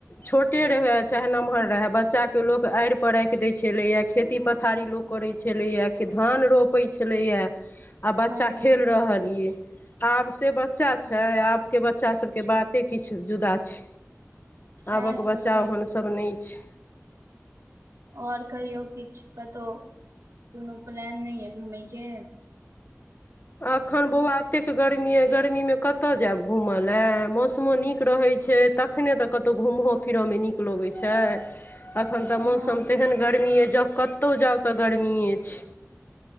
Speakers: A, on the left; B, on the right.
A: छोटे रहै आ चाहे नम्हर रहे बच्च बच्चाके लोक आड़ि पर राखि दै छेलैए खेती पथारी लोक करै छेलैये धान रोपै छेलैये आ बच्चा
B: हँ
A: खेल रहल यै आब से बच्चा छै
B: हँ
A: आबके बच्चा सभके बाते किछु जुदा छै
B: सएह
A: आबक
B: सब
A: बच्चा
B: य
A: ओहन सभ नहि छै
B: आओर कहियो किछु कतौ कोनो प्लान नैऐ घूमै के
A: अखन बौआ अतेक गर्मीए गर्मीमे कत जैब घूमलै मौसमो नीक रहैत छै तखने तऽ कतौ घूमहो फिरहोमे नीक लगैत छै एखन तऽ मौसम
B: हँ से
A: तेहन
B: तऽ
A: गर्मी
B: छै
A: अइ जे कतहु जाउ तऽ गर्मिए छै